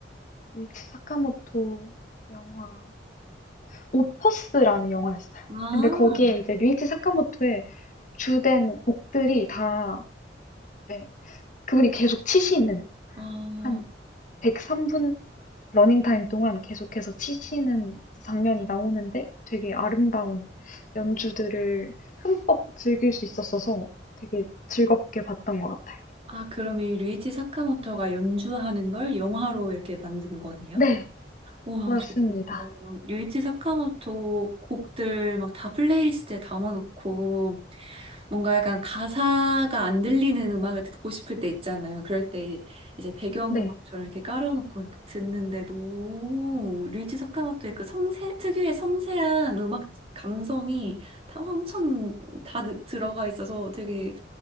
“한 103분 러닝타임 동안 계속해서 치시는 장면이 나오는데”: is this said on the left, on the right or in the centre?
Left